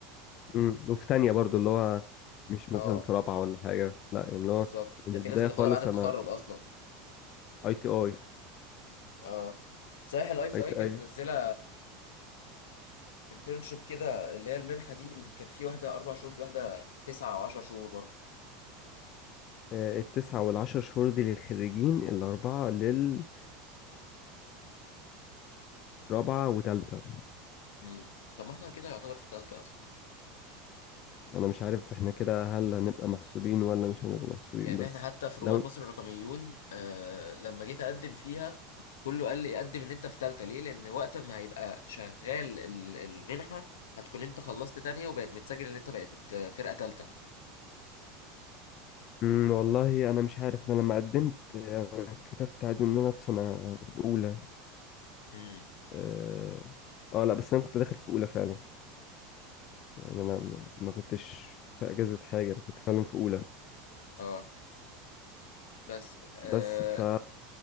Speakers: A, on the left; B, on the left.
A: م. وفي تانية برضو اللي هو مش مثلا
B: اه
A: في رابعة ولا حاجة لا يعني اللي هو
B: بالظبط
A: من
B: ده
A: البداية
B: في ناس بتاخدها
A: خالص
B: بعد التخرج
A: أنا
B: اصلا
A: أي تي أي
B: اه صحيح الاي سي
A: أي تي
B: اي كانت
A: أي
B: منزله انترنشيب كده اللي هي المنحه دي اللي كان في واحده اربع شهور في واحده تسعه او 10 شهور برضه
A: آه، التسعة والعشر شهور دي للخريجين الأربعة للطلاب رابعة وتالتة
B: مم. طب ما احنا كده يعتبر في ثالثه اصلا
A: أنا مش عارف إحنا كده هل هنبقى محسوبين ولا مش هنبقى محسوبين
B: يعني
A: بس
B: احنا حتى في رواد
A: لو
B: مصر الرقميون آه لما جيت اقدم فيها كله قال لي قدم ان انت في تالتة ليه لان وقت ما هيبقى شغال ال- المنحة هتكون انت خلصت تانية وبقت متسجل ان انت بقت آه، فرقة تالتة
A: مم، والله أنا مش عارف أنا لما قدمت آه، أنا كتبت عادي إن أنا في سنة أولى
B: امم
A: آه آه، لأ بس أنا كنت داخل في أولى فعلا يعني أنا م- ما كنتش في أجازة حاجة أنا كنت فعلا في أولى
B: اه بس آه
A: بس ف